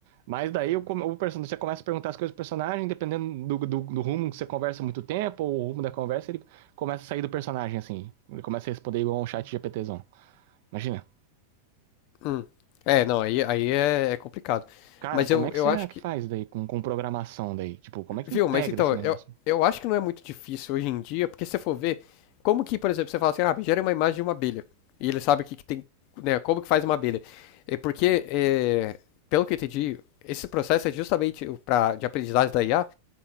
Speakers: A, on the right (about 50°); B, on the left (about 45°).
A: Mas daí o, com- o personagem, você começa a perguntar as coisas do personagem, dependendo do, do, do rumo que você conversa muito tempo, ou o rumo da conversa, ele começa a sair do personagem, assim. Ele começa a responder igual um chat GPTzão. Imagina.
B: hum, é, não, aí, aí é, é complicado.
A: Cara,
B: Mas
A: como
B: eu,
A: é que
B: eu
A: será
B: acho que.
A: que faz daí com, com programação daí? Tipo, como é que
B: Viu?
A: integra
B: Mas então,
A: esse negócio?
B: eu, eu acho que não é muito difícil hoje em dia, porque se você for ver, como que, por exemplo, você fala assim, ah, gera uma imagem de uma abelha. E ele sabe o que, que tem, né? Como que faz uma abelha. É porque, é, pelo que eu entendi, esse processo é justamente o pra, de aprendizagem da IA,